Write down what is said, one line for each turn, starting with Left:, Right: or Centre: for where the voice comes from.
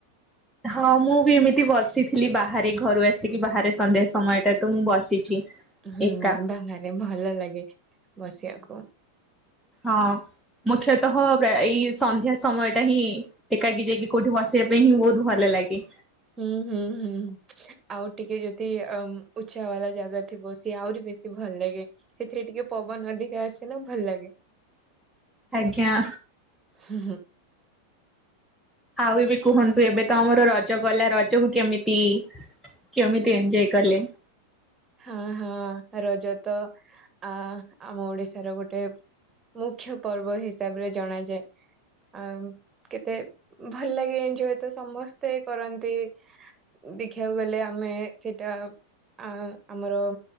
Centre: ହଁ ମୁଁ ବି ଏମିତି ବସିଥିଲି ବାହାରେ ଘରୁ ଆସିକି ବାହାରେ ସନ୍ଧ୍ୟା ସମୟଟା ତୁ ମୁଁ ବସିଛି।
Right: ହୁଁ
Centre: ଏକା
Right: ବାହାରେ ଭଲ ଲାଗେ ବସିବାକୁ।
Centre: ହଁ ମୁଖ୍ୟତଃ ଗା ଏଇ ସନ୍ଧ୍ୟା ସମୟ ଟା ହିଁ ଏକାକି ଯାଇକି କୋଉଠି ବସିବା ପାଇଁ ହିଁ ବୋହୁତ ଭଲ ଲାଗେ।
Right: ହୁଁ ହୁଁ ହୁଁ। ଆଉ ଟିକେ ଯଦି ଅମ୍ ଉଚ୍ଚା ବାଲା ଜାଗା ଥିବ ସିଏ ଆହୁରି ବେଶୀ ଭଲ ଲାଗେ। ସେଥିରେ ଟିକେ ପବନ ଅଧିକା ଆସେ ନା ଭଲ ଲାଗେ।
Centre: ଆଜ୍ଞା।
Right: ହୁଁ ହୁଁ।
Centre: ଆଉ ଏବେ କୁହନ୍ତୁ ଏବେ ତ ଆମର ରଜ ଗଲା ରଜକୁ କେମିତି କେମିତି ଏଞ୍ଜୟ୍ କଲେ।
Right: ହଁ ହଁ ରଜ ତ ଆ ଆମ ଓଡିଶାର ଗୋଟେ। ମୁଖ୍ୟ ପର୍ବ ହିସାବରେ ଜଣାଯାଏ। ଆଉ କେତେ ଭଲ ଲାଗେ ଏଞ୍ଜୟ୍ ତ ସମସ୍ତେ କରନ୍ତି। ଦେଖିବାକୁ ଗଲେ ଆମେ ସେଟା ଆଁ ଆମର